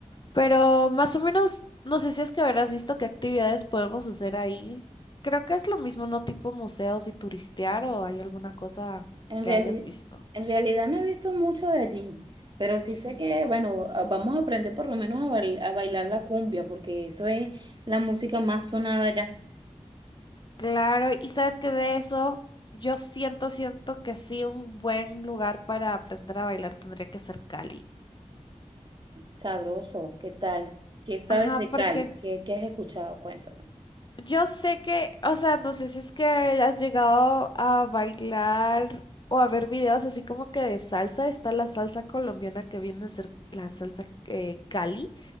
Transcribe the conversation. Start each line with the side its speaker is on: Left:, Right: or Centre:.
Left: Pero más o menos, no sé si es que habrás visto qué actividades podemos hacer ahí. Creo que es lo mismo, ¿no? Tipo museos y turistear o hay alguna cosa
Right: En
Left: que
Right: reali-
Left: hayas visto.
Right: en realidad no he visto mucho de allí, pero sí
Left: Ujú.
Right: sé que, bueno, a- vamos a aprender por lo menos a, bail- a bailar la cumbia, porque eso es la música más sonada ya.
Left: Claro, y sabes que de eso yo siento, siento que sí, un buen lugar para aprender a bailar tendría que ser Cali.
Right: Sabroso, ¿qué tal? ¿Qué sabes
Left: Ajá,
Right: de
Left: porque
Right: Cali? ¿Qué, qué has escuchado? Cuéntame.
Left: yo sé que, o sea, no sé si es que has llegado a bailar o a ver videos así como que de salsa, está la salsa colombiana que viene a ser la salsa eh, Cali,